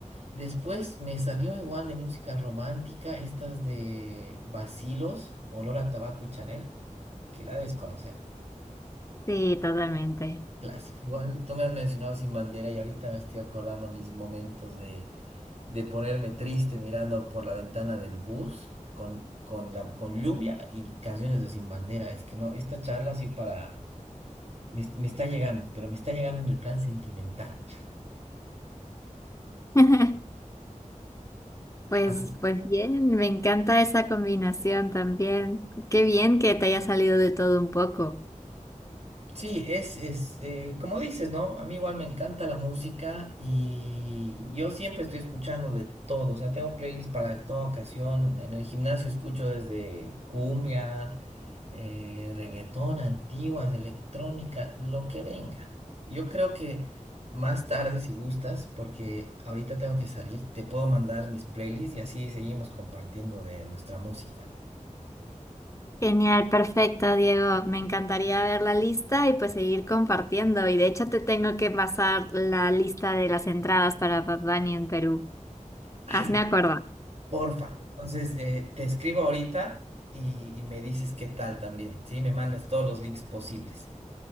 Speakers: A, on the right; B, on the left.
A: Después me salió igual de música romántica, estas de Bacilos, Olor a Tabaco y Chanel, que la debes conocer.
B: Sí, totalmente.
A: Clásico. Igual tú me has mencionado Sin Bandera y ahorita me estoy acordando mis momentos de, de ponerme triste mirando por la ventana del bus con, con, la, con lluvia y canciones de Sin Bandera. Es que no, esta charla sí para... Me, me está llegando, pero me está llegando en el plan sentimental.
B: <laughs> Pues,
A: <laughs>
B: pues bien, me encanta esa combinación también. Qué bien que te haya salido de todo un poco.
A: Sí, es, es eh, como dices, ¿no? A mí igual me encanta la música y yo siempre estoy escuchando de todo, o sea, tengo playlists para toda ocasión. En el gimnasio escucho desde cumbia, eh, reggaetón, antiguas, electrónica, lo que venga. Yo creo que más tarde, si gustas, porque ahorita tengo que salir, te puedo mandar mis playlists y así seguimos compartiendo de nuestra música.
B: Genial, perfecto, Diego. Me encantaría ver la lista y pues seguir compartiendo. Y de hecho te tengo que pasar la lista de las entradas para Bad Bunny en Perú.
A: Ay,
B: Hazme acuerdo.
A: Porfa. Entonces, eh, te escribo ahorita y, y me dices qué tal también, ¿sí? Me mandas todos los links posibles.